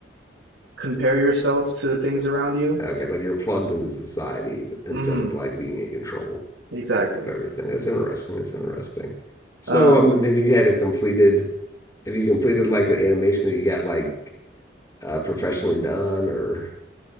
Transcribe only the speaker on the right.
compare yourself to the things around you.
Mm-hmm.
Exactly.
Um,